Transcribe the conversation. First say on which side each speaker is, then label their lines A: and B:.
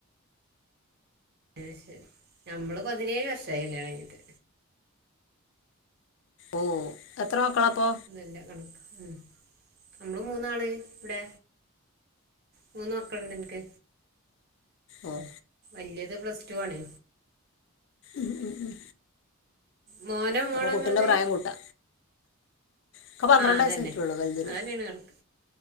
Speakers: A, on the right; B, on the left.
A: അത്ശരി ഞമ്മള് പതിനേഴ് വർഷായി കല്യാണംകഴിഞ്ഞിട്ട്
B: ഓ എത്ര മക്കളാപ്പൊ
A: ന്റെ കണക്ക് ഉം നമ്മള് മൂന്നാള് വ്ടെ മൂന്ന് മക്കളുണ്ട്ൻക്ക്
B: ആഹ്
A: ഇന്റേത് പ്ലസ് ടു ആണ്
B: ഉം ഉം ഉം
A: മോനോ മോളോ
B: അപ്പൊ കുട്ടിന്റെ
A: നിങ്ങളത്
B: പ്രായം കൂട്ടാ ഒക്കെ പന്ത്രണ്ട്
A: ആഹ് അതന്നെ
B: വയസ്സായിട്ടുള്ളൂ വലുതിന്
A: അതന്നേണ് കണക്ക്